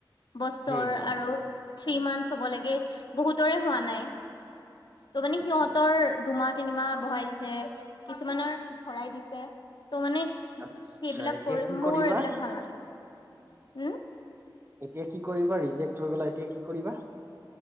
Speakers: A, on the left (about 65°); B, on the right (about 30°).
A: বছৰ
B: হুম হুম
A: আৰু থ্ৰী মান্থছ্ হ'ব লাগে। বহুতৰে হোৱা নাই। ত' মানে
B: আচ্ছা
A: সিহঁতৰ দুহমাত তিনিমাহ বহাই দিছে। কিছুমানৰ ভৰাই দিছে। ত' মানে সে-সেইবিলাক
B: আচ্ছা এতিয়া
A: কৰি,
B: কি কৰিবা
A: মোৰ এইবিলাক ভাল নালাগে। হম
B: এতিয়া কি কৰিবা ৰিজেক্ট হৈ গলা এতিয়া কি কৰিবা